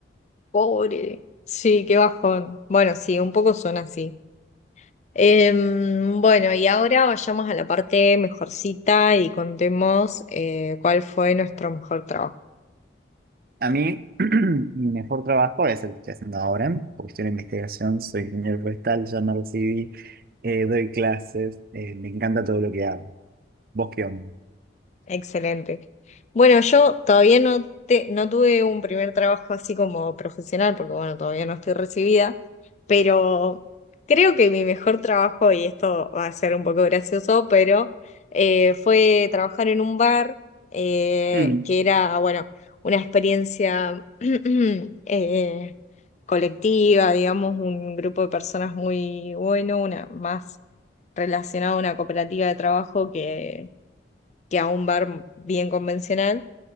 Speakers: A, on the left; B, on the right.
A: Pobre. Sí, qué bajón. Bueno, sí, un poco son así. Em, bueno, y ahora vayamos a la parte mejorcita y contemos eh, cuál fue nuestro mejor trabajo.
B: A mí, <clears throat> mi mejor trabajo es el que estoy haciendo ahora, porque estoy en investigación, soy ingeniero forestal, ya me recibí, eh, doy clases, eh, me encanta todo lo que hago. ¿Vos qué onda?
A: Excelente. Bueno, yo todavía no, te, no tuve un primer trabajo así como profesional, porque bueno, todavía no estoy recibida, pero creo que mi mejor trabajo, y esto va a ser un poco gracioso, pero eh, fue trabajar en un bar eh,
B: Mm,
A: que era, bueno, una experiencia <clears throat> eh, colectiva, digamos, un grupo de personas muy bueno, una más relacionada a una cooperativa de trabajo que que a un bar bien convencional.